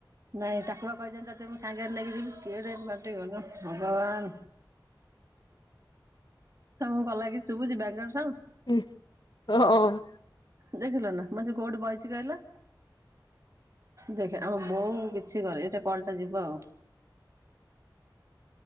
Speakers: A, on the right (about 40°); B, on the left (about 70°).
A: ନାଇଁ ତାକୁ ବା କହିଛନ୍ତି <unintelligible> ମତେ ମୁଁ ସାଙ୍ଗରେ ନେଇକି ଯିବି କେଡ଼େ ପାଟି ଗନ ଭଗବାନ। ତମକୁ ଗଲା କିି ଶୁଭୁଛି ବ୍ୟାଗ୍ରାଉଣ୍ଡ
B: ହୁଁ ଅଁ ଅଁ।
A: ଦେଖିଲ ନା ମ କୋଉଠି ବହିଛିି କହିଲା ଦେଖ ଆମ ବୋଉ କିଛି କରେ ଏଇଟା କଲଟା ଯିବା ଆଉ।